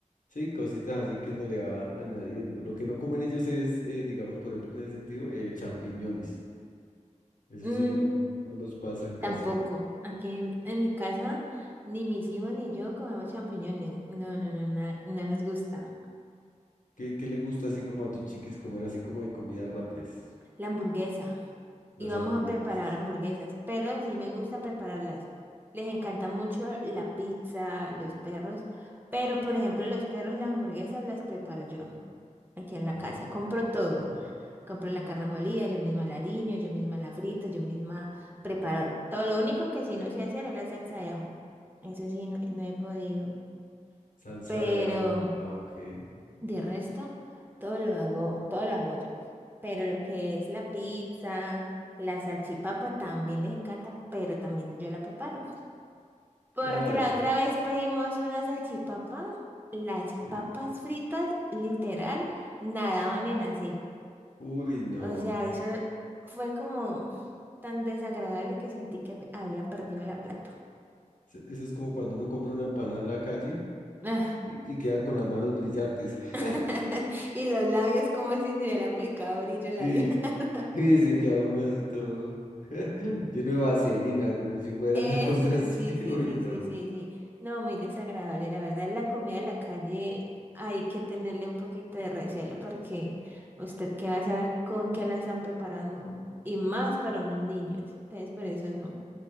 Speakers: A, on the left (about 85°); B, on the right (about 15°).
A: Sí, cositas así que uno le va añadiendo. Lo que no comen ellos es, eh, digamos, por ejemplo, en ese sentido, eh, champiñones. Eso
B: Mm,
A: sí, no, no los pasan casi.
B: tampoco. Aquí en, en mi casa, ni mis hijos ni yo comemos champiñones. No, no, no, na- no nos gusta.
A: ¿Qué, qué le gusta así como a tus chiquis comer así como de comidas rápidas?
B: La hamburguesa.
A: Las
B: Y vamos
A: hamburguesas.
B: a preparar hamburguesas, pero sí me gusta prepararlas. Les encanta mucho la pizza, los perros, pero por ejemplo, los perros y las hamburguesas las preparo yo. aquí en la
A: Oh,
B: casa. Compro todo.
A: wow.
B: Compro la Mm. carne molida, yo misma la aliño, yo misma la frito, yo misma preparo todo. Lo único que sí no sé hacer es la salsa de ajo. Eso sí, no, no he podido.
A: Salsa
B: Pero
A: de ajo. Ah, ok.
B: de resto, todo lo hago, todo lo hago yo. Pero lo que es la pizza, la salchipapa también les encanta, pero también yo la preparo. Porque
A: Claro,
B: la
A: es
B: otra
A: que
B: vez pedimos una salchipapa, las papas
A: sí.
B: fritas, literal, nadaban en aceite.
A: Uy, no.
B: O sea, eso fue como tan desagradable que sentí que había perdido la plata.
A: Se- Eso es como cuando uno compra una empanada en la calle
B: Ah,
A: y, y queda con las manos brillantes.
B: <laughs>
A: <laughs>
B: Y los labios como si se hubiera aplicado brillo labial.
A: Sí,
B: <laughs>
A: sí, se queda uno así todo <laughs> lleno de vaselina, como si fuera
B: Eso,
A: una cosa así.
B: sí,
A: <laughs>
B: sí,
A: Uy,
B: sí,
A: no.
B: sí, sí, sí. No, muy desagradable. La verdad, la comida de la calle hay que tenerle un poquito de recelo porque usted qué va a saber con qué la están preparando. Y más para unos niños. Entonces, por eso no.